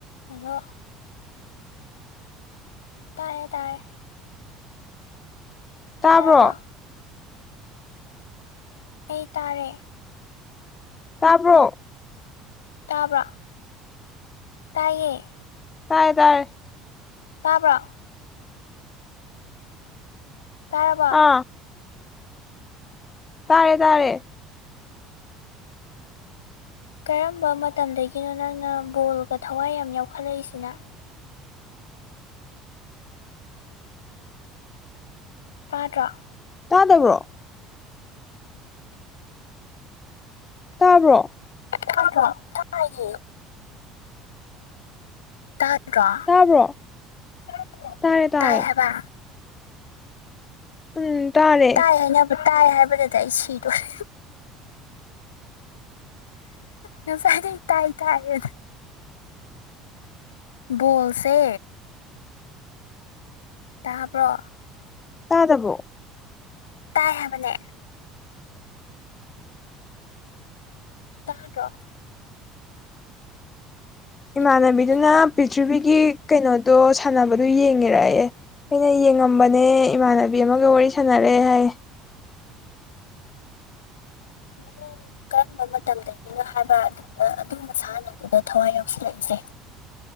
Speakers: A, on the left (about 80°); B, on the left (about 25°).
A: hello ꯇꯥꯔꯦ ꯇꯥꯔꯦ
B: ꯇꯥꯕ꯭ꯔꯣ
A: ꯇꯥꯔꯕꯣ ꯑꯩ ꯇꯥꯔꯦ
B: ꯇꯥꯕ꯭ꯔꯣ
A: ꯇꯥꯕ꯭ꯔ ꯇꯥꯏꯌꯦ
B: ꯇꯥꯏꯌꯦ ꯇꯥꯔꯦ
A: ꯇꯥꯕ꯭ꯔꯥ ꯇꯥꯔꯕꯣ
B: ꯑꯥ ꯇꯥꯔꯦ ꯇꯥꯔꯦ
A: ꯀꯔꯝꯕ ꯃꯇꯝꯗꯒꯤꯅꯣ ꯅꯪꯅ ꯕꯣꯜꯒ ꯊꯋꯥꯏ ꯌꯥꯝ ꯌꯥꯎꯈꯠꯂꯛꯏꯁꯤꯅ ꯇꯥꯗ꯭ꯔꯣ
B: ꯇꯥꯗꯕ꯭ꯔꯣ ꯇꯥꯕ꯭ꯔꯣ
A: ꯇꯥꯗ꯭ꯔꯣ ꯇꯥꯏꯌꯦ ꯗꯔꯣ
B: ꯇꯥꯕ꯭ꯔꯣ
A: <unintelligible>
B: ꯇꯥꯔꯦ ꯇꯥꯔꯦ
A: ꯇꯥꯏ ꯍꯥꯏꯕ
B: ꯎꯝ ꯇꯥꯔꯦ
A: ꯇꯥꯏ ꯍꯥꯏꯅꯕ ꯇꯥꯏ ꯍꯥꯏꯕꯗꯗ ꯑꯩ ꯁꯤꯗꯣꯔꯦ ꯉꯁꯥꯏꯗꯩ ꯇꯥꯏ ꯇꯥꯏꯌꯦꯅ ꯕꯣꯜꯁꯦ ꯇꯥꯕ꯭ꯔꯣ
B: ꯇꯥꯗꯕ꯭ꯔꯣ
A: ꯇꯥꯏ ꯍꯥꯏꯕꯅꯦ ꯇꯥꯗ꯭ꯔꯣ ꯏꯃꯥꯟꯅꯕꯤ
B: ꯏꯃꯥꯟꯅꯕꯤꯗꯨꯅ ꯄꯤꯊ꯭ꯔꯤꯚꯤꯒꯤ ꯀꯩꯅꯣꯗꯣ ꯁꯥꯟꯅꯕꯗꯨ ꯌꯦꯡꯉꯤꯔꯌꯦ ꯑꯩꯅ ꯌꯦꯡꯉꯝꯕꯅꯦ ꯏꯃꯥꯟꯅꯕꯤ ꯑꯃꯒ ꯋꯥꯔꯤ ꯁꯥꯟꯅꯔꯑꯦ ꯍꯥꯏꯌꯦ
A: ꯅꯪ ꯀꯔꯝꯕ ꯃꯇꯝꯗꯒꯤꯅꯣ ꯍꯥꯏꯕ ꯑꯗꯨꯗ ꯑꯗꯨ ꯃꯁꯥꯟꯅꯗꯨꯗ ꯊꯋꯥꯏ ꯌꯥꯎꯁꯜꯂꯛꯏꯁꯦ